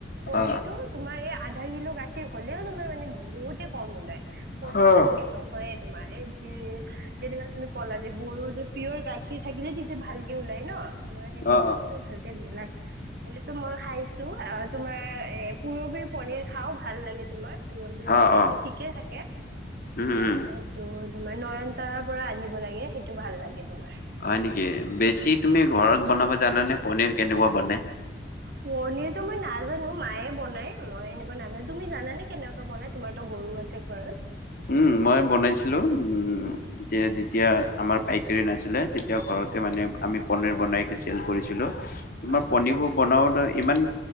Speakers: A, on the right (about 60°); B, on the left (about 55°).
A: পনীৰটো
B: অ
A: তোমাৰ এই আধা কিলো গাখীৰ হ'লেও তোমাৰ মানে বহুতে কম ওলাই পনীৰ
B: অ
A: ভালকে নহয়ে তোমাৰ এই যি যেনেকুৱা তুমি কলা যে বুল পিয়ৰ গাখীৰ থাকিলে তেতিয়া ভালকে ওলাই ন' তোমাৰ সেইটো
B: অ
A: গাখীৰ ভালকে নোলায়। এনেটো মই খাইছোঁ আহ তোমাৰ এ পূৰৱীৰ পনীৰ খাও ভাল লাগে তোমাৰ। পূৰৱীৰ
B: অ
A: পাপৰ
B: অ
A: নে ঠিকে থাকে অহ
B: উম উম
A: সেইটো তোমাৰ নয়ন তাৰাৰ পৰা আনিব লাগে সেইটো ভাল লাগে তোমাৰ।
B: হয় নেকি বেছি তুমি ঘৰত বনাব জানানে পনীৰ কেনেকুৱা বনাই?
A: পনিৰতো মই নাজানো মায়ে বনাই মই এনেকৈ নাজানো তুমি জানানে কেনেকুৱা বনাই তোমাৰতো গৰু আছে ঘৰত।
B: উম, মই বনাইছিলোঁ উম এতিয়া যেতিয়া আমাৰ পাইকাৰী নাছিলে তেতিয়া ঘৰত তকে মানে আমি পনীৰ বনাইকে চেল কৰিছিলোঁ, তোমাৰ
A: আচ্ছা
B: পনীৰবোৰ বনাওঁতে ইমান